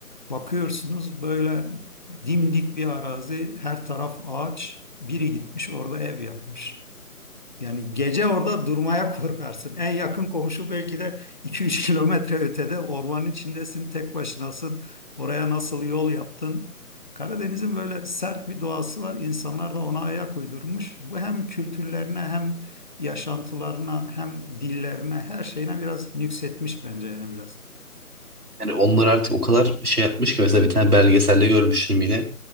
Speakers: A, on the left; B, on the right.
A: Bakıyorsunuz böyle dimdik bir arazi, her taraf ağaç, biri gitmiş orada ev yapmış. Yani gece orada durmaya korkarsın. En yakın komşu belki de 2-3 kilometre ötede ormanın içindesin, tek başınasın. Oraya nasıl yol yaptın? Karadeniz'in böyle sert bir doğası var. İnsanlar da ona ayak uydurmuş. Bu hem kültürlerine hem yaşantılarına hem dillerine her şeyine biraz nüksetmiş bence yani biraz.
B: yani onlar artık o kadar şey yapmış ki mesela bir tane belgeselde görmüştüm yine.